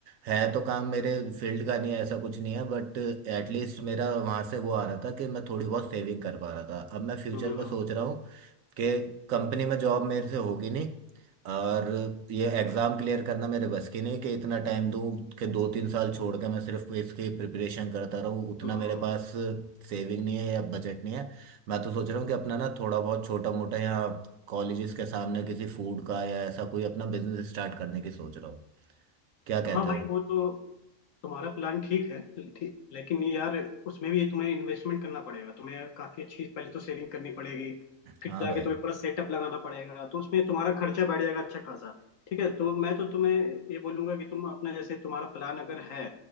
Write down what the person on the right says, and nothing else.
है तो काम मेरे फील्ड का नहीं है ऐसा कुछ नहीं है बट एटलीस्ट मेरा वहाँ से वो आ रहा था कि मैं थोड़ी बहुत सेविंग कर पा रहा था अब मैं फ्यूचर
में सोच रहा हूँ कि कंपनी में जॉब मेरे से होगी नहीं और ये एग्ज़ाम क्लियर करना मेरे बस की नहीं कि इतना टाइम दूँ कि दो तीन साल छोड़ के मैं सिर्फ इसकी प्रिपरेशन करता रहूँ उतना
मेरे पास सेविंग नहीं है या बजट नहीं है मैं तो सोच रहा हूँ कि अपना ना थोड़ा बहुत छोटा मोटा या कॉलेजेस के सामने किसी फूड का या ऐसा कोई अपना बिजनेस स्टार्ट करने की सोच रहा हूँ क्या कहते
हो
हाँ
भाई